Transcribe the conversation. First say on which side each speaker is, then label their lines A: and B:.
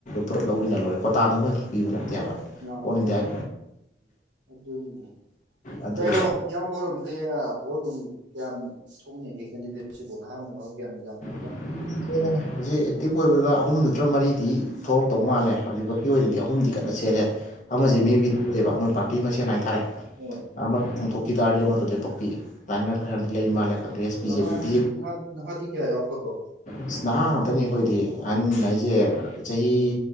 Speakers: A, on the left; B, on the right.
A: ꯄꯨꯂꯞ ꯂꯧꯃꯤꯟꯅ ꯂꯣꯏꯔꯦ ꯀꯣꯇꯥꯗꯣ
B: ꯃꯥꯅꯤ
A: ꯃꯣꯏꯈꯛ ꯄꯤꯕ ꯅꯠꯇꯦꯕ
B: ꯃꯥꯅꯤ
A: ꯑꯣꯜ ꯏꯟꯗꯤꯌꯥ
B: ꯑꯗꯨꯅꯤꯅꯦ
A: ꯑꯗꯣ
B: ꯀꯩꯅꯣ ꯏꯌꯥꯝꯕ ꯍꯣꯏꯔꯣꯝꯗꯤ ꯚꯣꯠ ꯅꯨꯡ ꯀꯌꯥꯝ ꯊꯣꯛꯅꯤꯒꯦ ꯀꯦꯟꯗꯤꯗꯦꯠꯁꯤꯕꯨ ꯅꯍꯥꯟ ꯅꯨꯡꯉꯥꯏ ꯅꯤ <unintelligible>
A: ꯍꯧꯖꯤꯛ ꯑꯦꯛꯇꯤꯚ ꯑꯣꯏꯕꯗ ꯑꯍꯨꯝ ꯅꯠꯇ꯭ꯔ ꯃꯔꯤꯗꯤ ꯊꯣꯛꯔꯛꯇꯧ ꯃꯥꯜꯂꯦ ꯍꯧꯖꯤꯛꯐꯥꯎꯀꯤ ꯑꯣꯏꯅꯗꯤ ꯑꯍꯨꯝꯗꯤ ꯀꯟꯅ ꯆꯦꯜꯂꯦ ꯑꯃꯁꯤ
B: ꯑꯥ
A: ꯃꯦ ꯕꯤꯗ ꯂꯩꯌꯦꯕ ꯃꯣꯏ ꯄꯥꯔꯇꯤ ꯃꯁꯦꯟ ꯍꯥꯏꯇꯥꯔꯦ
B: ꯍꯣꯏ
A: ꯑꯃ ꯆꯣꯡꯊꯣꯛꯈꯤ ꯇꯥꯔꯗꯤ ꯑꯃꯗꯣ ꯂꯦꯞꯄꯛꯄꯤ ꯑꯗꯨꯃꯥꯏꯅ ꯈꯔꯗꯤ ꯂꯩ ꯃꯥꯜꯂꯦ Congress B
B: ꯅꯍꯥꯗꯤꯒꯤ
A: J P B J P
B: ꯅꯍꯥꯗꯤ ꯅꯍꯥꯗꯤ ꯀꯌꯥ ꯌꯥꯎꯗꯕ꯭ꯔꯣ
A: ꯑꯁ ꯅꯍꯥ ꯉꯥꯛꯇꯅꯤ ꯑꯩꯈꯣꯏꯗꯤ ꯑꯍꯟ ꯍꯥꯏꯖꯦ ꯆꯍꯤ